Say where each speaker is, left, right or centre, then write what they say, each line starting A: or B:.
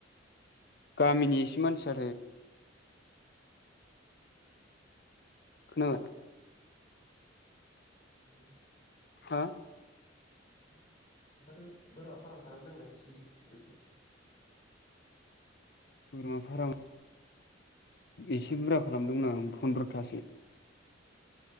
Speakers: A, on the left; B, on the left.
A: गामिनि एसे मानसि खोनाबाय
B: उम औ
A: हा
B: ओमफ्राय माथो बोरमा फार्म खालामदोंलाय बेसे गिदिर गिदिर देखो
A: बोरमा फाराम एसे बुरजा खालामदोंमोन आं फन्द्रथासो